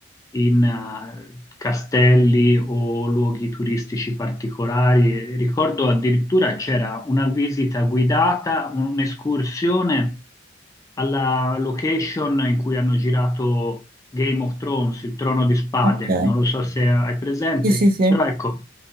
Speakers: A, on the left; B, on the right.
A: in eh, castelli o luoghi turistici particolari. Ricordo addirittura c'era una visita guidata, un'escursione alla location in cui hanno girato Game of Thrones, il Trono di Spade.
B: ok.
A: Non lo so se hai presente,
B: Sì, sì, sì.
A: però ecco,